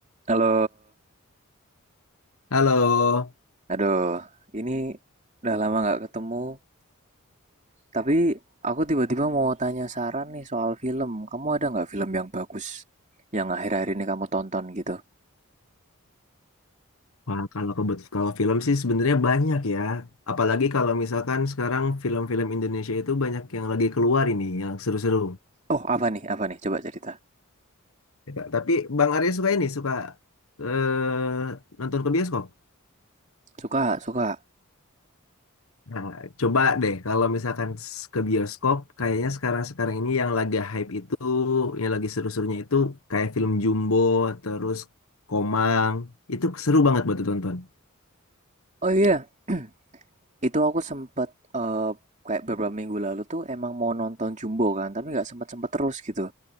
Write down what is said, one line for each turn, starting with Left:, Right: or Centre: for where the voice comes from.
Right: Halo,
Left: Halo,
Right: aduh, ini udah lama nggak ketemu. Tapi aku tiba-tiba mau tanya saran nih soal film. Kamu ada nggak film yang bagus yang akhir-akhir ini kamu tonton gitu?
Left: Wah, kalau kebut kalau film sih sebenarnya banyak ya. Apalagi kalau misalkan sekarang film-film Indonesia itu banyak yang lagi keluar ini, yang seru-seru.
Right: Oh, apa nih? Apa nih? Coba cerita.
Left: Ya, ta- tapi Bang Arya suka ini, suka eh, nonton ke bioskop.
Right: Suka, suka.
Left: Nah, coba deh kalau misalkan s- ke bioskop, kayaknya sekarang-sekarang ini yang lagi hype itu, yang lagi seru-serunya itu kayak film Jumbo, terus Komang, itu seru banget buat ditonton.
Right: Oh iya, <clears throat> itu aku sempet eh, kayak beberapa minggu lalu tuh emang mau nonton Jumbo kan, tapi nggak sempet-sempet terus gitu.